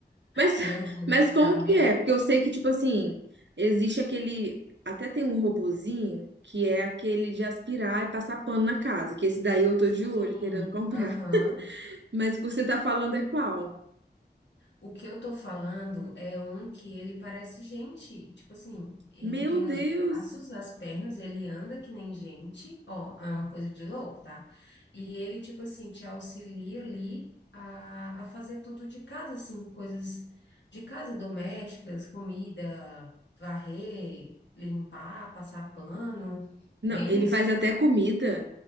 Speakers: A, on the right; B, on the left.
A: Mas, <laughs>
B: Meu Deus,
A: mas como
B: dá medo.
A: que é? Porque eu sei que, tipo assim, existe aquele, até tem um robozinho que é aquele de aspirar e passar pano na casa, que esse daí eu tô
B: Sim,
A: de olho querendo comprar.
B: aham.
A: <laughs> Mas o que você tá falando é qual?
B: O que eu tô falando é um que ele parece gente. Tipo assim, ele
A: Meu
B: tem
A: Deus!
B: os braços, as pernas, ele anda que nem gente. Ó, é uma coisa de louco, tá? E ele, tipo assim, te auxilia ali a, a fazer tudo de casa, assim, coisas de casa, domésticas, comida, varrer, limpar, passar pano.
A: Não,
B: Bem
A: ele
B: isso.
A: faz até comida?